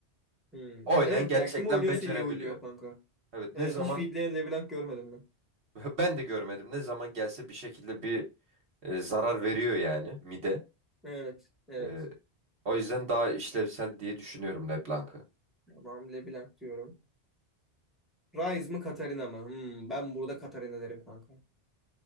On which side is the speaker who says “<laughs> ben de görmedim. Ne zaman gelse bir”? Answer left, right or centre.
Right